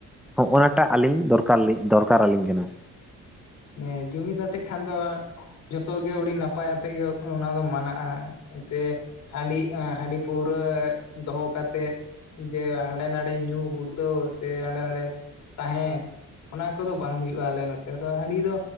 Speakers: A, in the centre; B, on the left (about 70°).
A: ᱦᱚᱜᱼ ᱱᱟᱴᱟᱜ ᱟᱹᱞᱤᱧ ᱫᱚᱨ ᱼᱼ ᱠᱟᱨ ᱞᱤᱧ, ᱫᱚᱨᱠᱟᱨᱞᱤᱧ ᱠᱟᱱᱟ
B: ᱮᱸ ᱡᱩᱢᱤᱫ ᱟᱛᱮᱜ ᱠᱷᱟᱱ ᱫᱚ ᱡᱚᱛᱚᱜ ᱜᱮ ᱟᱹᱰᱤ ᱱᱟᱯᱟᱭ ᱟᱛᱮᱫ ᱜᱮ ᱚᱱᱟ ᱫᱚ ᱢᱟᱱᱟᱜᱼᱟ ᱥᱮ ᱦᱟᱺᱰᱤ ᱮᱸ ᱦᱟᱺᱰᱤ ᱯᱟᱹᱣᱨᱟᱹ ᱫᱚᱦᱚ ᱠᱟᱛᱮᱫ ᱡᱮ ᱦᱟᱸᱰᱮ ᱱᱟᱰᱮ ᱧᱩ ᱜᱩᱲᱫᱟᱹᱣ ᱥᱮ ᱦᱟᱸᱰᱮ ᱱᱟᱰᱮ ᱛᱟᱦᱮᱸ ᱚᱱᱟ ᱠᱚᱫᱚ ᱵᱟᱝ ᱦᱩᱭᱩᱜᱼᱟ ᱟᱞᱮ ᱱᱚᱛᱮ ᱦᱟᱺᱰᱤ ᱫᱚ